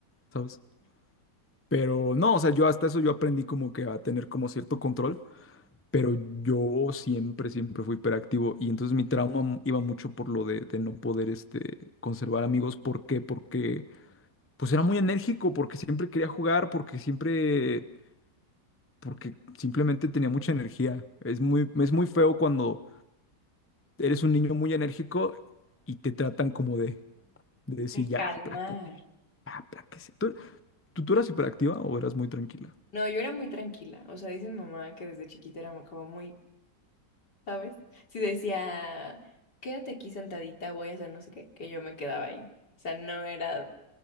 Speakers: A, on the left; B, on the left.
A: ¿sabes? Pero no, o sea, yo hasta eso yo aprendí como que a tener como cierto control, pero yo siempre, siempre fui hiperactivo y entonces mi trauma iba mucho por lo de, de no poder este, conservar amigos. ¿Por qué? Porque pues era muy enérgico, porque siempre quería jugar, porque siempre porque simplemente tenía mucha energía. Es muy, es muy feo cuando eres un niño muy enérgico y te tratan como de, de decir,
B: De
A: ya,
B: calmar.
A: aplácate, ya, apláquese. ¿Tú, tú, tú eras hiperactiva o eras muy tranquila?
B: No, yo era muy tranquila. O sea, dice mi mamá que desde chiquita era mu- como muy, ¿sabes? Si decía, quédate aquí sentadita, voy a hacer no sé qué, que yo me quedaba ahí. O sea, no era